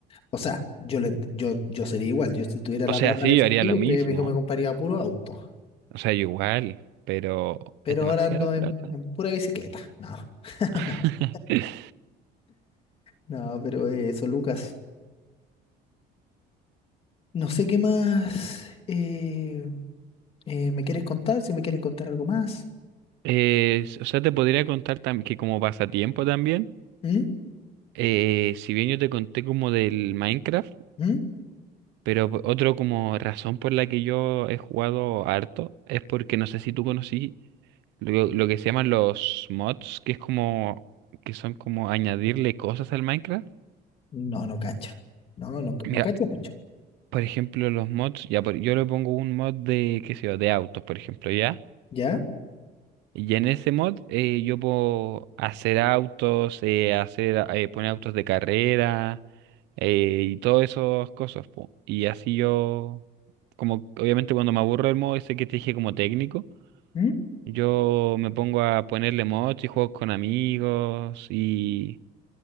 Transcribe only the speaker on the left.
O sea, yo, le, yo, yo sería igual. Yo si tuviera la
plata
de efectivo,
Sí. créeme que me compraría puro auto.
Pero
ahora ando
en, en pura bicicleta. No, <laughs>
no, sí. no, pero eso, Lucas. No sé qué más eh, eh, me quieres contar, si me quieres contar algo más.
¿Mm?
¿Mm?
No, no cacho. No, no,
no cacho mucho.
¿Ya?
¿Mm?